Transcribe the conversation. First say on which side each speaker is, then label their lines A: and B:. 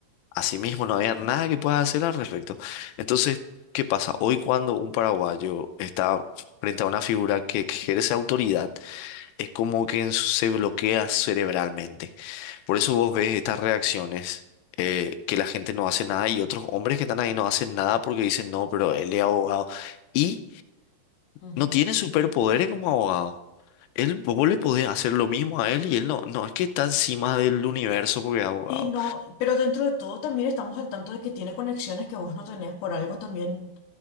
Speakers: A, on the left; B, on the left.
A: Asimismo, no había nada que pueda hacer al respecto. Entonces, ¿qué pasa? Hoy cuando un paraguayo está frente a una figura que ejerce autoridad, es como que se bloquea cerebralmente. Por eso vos ves estas reacciones, eh, que la gente no hace nada y otros hombres que están ahí no hacen nada porque dicen, no, pero él es abogado. Y
B: Ujú.
A: no tiene superpoderes como abogado. Él, vos le podés hacer lo mismo a él y él no, no es que está encima del universo porque es abogado.
B: Y no, pero dentro de todo también estamos al tanto de que tiene conexiones que vos no tenés por algo también.